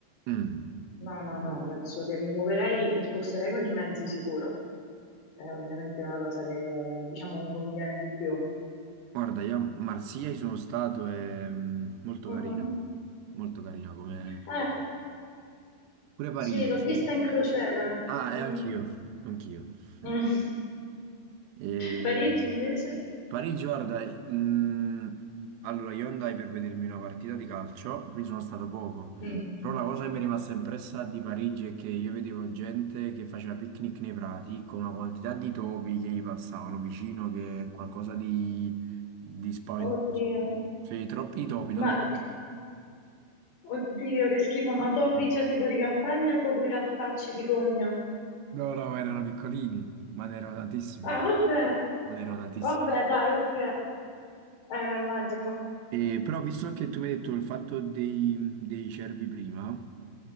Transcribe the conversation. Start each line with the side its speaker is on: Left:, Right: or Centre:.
Right: Mm.
Left: No, no, no, penso che mi muoverei, mi sposterei con i mezzi sicuro. È ovviamente è una cosa che, diciamo, mi conviene di più.
Right: Guarda, io a Marsiglia ci sono stato, è mm, molto
Left: Mm,
Right: carina,
Left: mm.
Right: molto carina come...
Left: Eh,
Right: Pure Parigi.
Left: sì, l'ho vista in crociera.
Right: Ah, e
Left: Mm,
Right: anch'io, anch'io.
Left: mm.
Right: Mm.
Left: <laughs>
Right: E
Left: Parigi invece?
Right: Parigi, guarda, mm, allora io andai per vedermi una partita di calcio, quindi sono stato poco,
Left: Mm.
Right: però la cosa che mi è rimasta impressa di Parigi è che io vedevo gente che faceva picnic nei prati con una quantità di topi che gli passavano vicino, che è qualcosa di, di spaventoso.
Left: Oddio.
Right: Sì, troppi topi, non...
Left: Ma, oddio, che schifo, ma topi
Right: Sì.
Left: c'è tipo di campagna o proprio i rattacci di fogna?
Right: No, no, erano piccolini, ma ne erano tantissimi.
Left: Ah, vabbè,
Right: Ma ne erano tantissimi.
Left: vabbè, dai, ok. Eh, immagino.
Right: E, però, visto che tu mi hai detto il fatto dei, dei cervi prima,